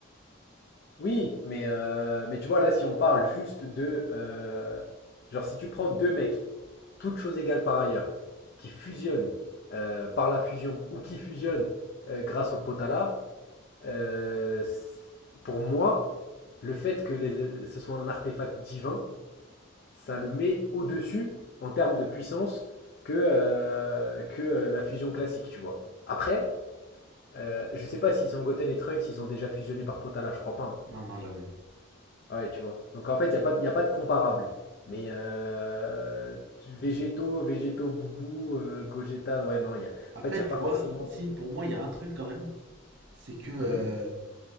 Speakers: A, on the left; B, on the right.
A: Oui, mais, euh, mais tu vois, là, si on parle juste de... euh, genre, si tu prends deux mecs, toutes choses égales par ailleurs, qui fusionnent euh, par la fusion ou qui fusionnent euh, grâce au potala, euh, c- pour moi, le fait que les- ce soit un artefact divin, ça le met au-dessus en termes de puissance que, euh, que euh, la fusion classique, tu vois. Après, euh, je sais pas si Sangoten et Trunks, ils ont déjà fusionné par potala, je crois pas. hein.
B: Non, non, jamais.
A: Ouais, tu vois? Donc en fait, il n'y a pas, de- y a pas de comparable. Mais euh, tu- végétaux, végétaux, boubou, euh, Gogeta, ouais, non, il y a... en
B: Après,
A: fait, il n'y a
B: tu
A: pas
B: vois,
A: forcément
B: si
A: de.
B: pour moi, il y a un truc quand même, c'est que. euh,
A: Mhm.